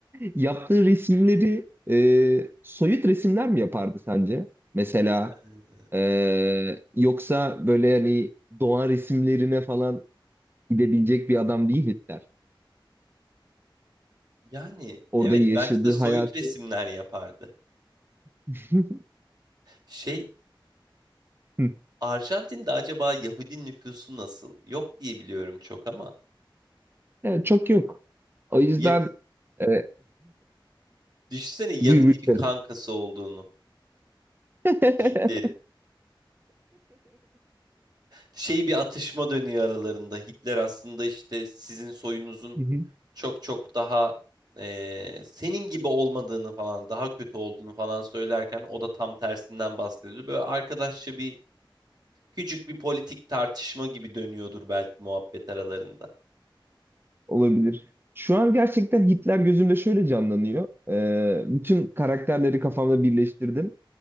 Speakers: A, on the right; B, on the right.
A: yaptığı resimleri e, soyut resimler mi yapardı sence? Mesela
B: Ee,
A: e, yoksa böyle hani doğa resimlerine falan gidebilecek bir adam değil Hitler.
B: yani
A: Orada
B: evet
A: yaşadığı
B: bence de soyut
A: hayatı
B: resimler yapardı.
A: <laughs>
B: Şey
A: Hı.
B: Arjantin'de acaba Yahudi nüfusu nasıl? Yok diye biliyorum çok ama.
A: Yani çok yok. O yüzden
B: Ya,
A: e,
B: düşünsene Yahudi
A: <laughs> buyur buyur.
B: bir kankası olduğunu.
A: söyle.
B: Hitler'in. Şey bir atışma dönüyor aralarında. Hitler aslında işte sizin soyunuzun
A: <laughs>
B: çok çok daha e, senin gibi olmadığını falan daha kötü olduğunu falan söylerken o da tam tersinden bahsediyor. Böyle arkadaşça bir küçük bir politik tartışma gibi dönüyordur belki muhabbet aralarında.
A: Olabilir. Şu an gerçekten Hitler gözümde şöyle canlanıyor. Ee, bütün karakterleri kafamda birleştirdim.